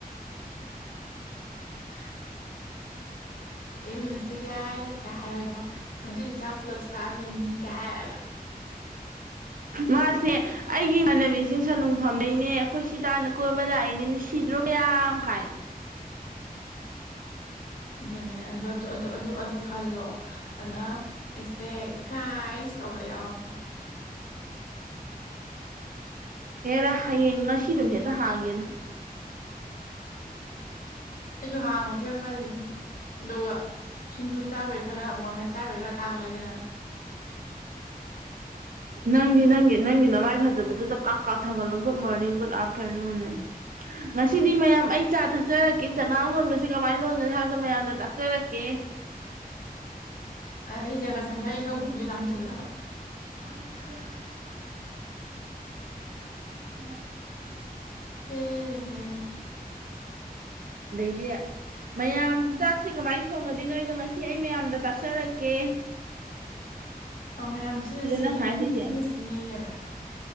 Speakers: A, on the left; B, on the right.
A: <inaudible> ꯑꯦ ꯎꯟꯅꯁꯦ ꯒꯥꯏꯁ ꯀ ꯍꯥꯏꯔꯒꯀꯣ ꯉꯁꯤꯗꯤ ꯆꯥꯛ ꯄꯨꯜꯂꯞ ꯆꯥꯗꯣꯏꯅꯤ ꯀꯥꯏ ꯍꯥꯏꯔꯒ <inaudible>
B: ꯃꯥꯁꯦ ꯑꯩꯒꯤ ꯏꯃꯥꯟꯅꯕꯤꯁꯦ ꯁꯨꯅꯨꯡꯐꯝꯗꯩꯅꯦ ꯑꯩꯈꯣꯏ ꯁꯤ ꯇꯥꯟꯅ ꯀꯣꯏꯕ ꯂꯥꯛꯏꯅꯦ ꯅꯨꯡꯁꯤ ꯁꯤꯗ꯭ꯔꯣ ꯃꯌꯥꯝ ꯀꯥꯏꯅꯥ
A: ꯑꯗꯨꯅꯦ ꯑꯗꯨ ꯑꯗꯨ ꯑꯗꯨ ꯑꯗꯨ ꯈꯜꯂꯣ ꯑꯅ ꯑꯩꯁꯦ ꯒꯥꯏꯁ ꯇꯧꯕ ꯌꯥꯎꯔꯛꯀꯦ
B: ꯍꯦꯔꯥ ꯍꯌꯦꯡ ꯉꯁꯤꯗꯨꯝ ꯍꯦꯛꯇ ꯍꯥꯡꯒꯦꯗ
A: ꯑꯩꯁꯨ ꯍꯥꯡꯉꯁꯤꯔ ꯈꯜꯂꯤꯕꯅꯤ ꯑꯗꯨꯒ ꯁꯤꯡꯖꯨ ꯆꯥꯕꯒꯤ ꯈꯔ ꯃꯣꯔꯃꯦꯠ ꯆꯥꯕꯩ ꯈꯔ ꯊꯥꯒꯠꯂꯁꯤꯔꯅ <inaudible>
B: ꯅꯪꯗꯤ ꯅꯪꯒꯤ ꯅꯪꯒꯤ ꯅꯃꯥꯏ ꯐꯖꯕꯗꯨꯗ ꯀꯥ ꯀꯥꯞ ꯊꯒꯠꯂꯣ ꯒꯨꯗ ꯃꯣꯔꯅꯤꯡ ꯒꯨꯗ ꯑꯥꯐꯇꯔꯅꯨꯟ ꯉꯁꯤꯗꯤ ꯃꯌꯥꯝ ꯑꯩ ꯆꯥ ꯊꯛꯆꯔꯛꯀꯦ ꯆꯉꯥꯡ ꯂꯣꯟꯕꯁꯤ ꯀꯃꯥꯏꯅ ꯂꯣꯟꯒꯅꯤ ꯍꯥꯏꯕꯗꯣ ꯃꯌꯥꯝꯗ ꯇꯥꯛꯆꯔꯛꯀꯦ ꯑꯦ
A: ꯑꯩ ꯖꯒꯠ ꯁꯪꯁꯥꯔ ꯏꯁꯧ ꯄꯨꯝꯕꯁꯦ ꯂꯥꯡꯁꯤꯜꯂꯕ
B: <inaudible> ꯎꯝ
A: ꯇꯦꯔꯦ
B: ꯑꯗꯩꯗꯤ ꯃꯌꯥꯝ ꯆꯥꯛꯁꯦ ꯀꯃꯥꯏꯅ ꯊꯣꯡꯉꯗꯤꯏꯅꯣ ꯉꯁꯤ ꯑꯩ ꯃꯌꯥꯝꯗ ꯇꯥꯛꯆꯔꯛꯀꯦ ꯑꯦ
A: ꯃꯌꯥꯝꯁꯤꯅ ꯁꯤꯅꯤ
B: ꯅꯪ ꯍꯥꯏꯗꯣꯏꯁꯦ
A: ꯁꯤꯅ ꯁꯤꯅꯤꯑꯅ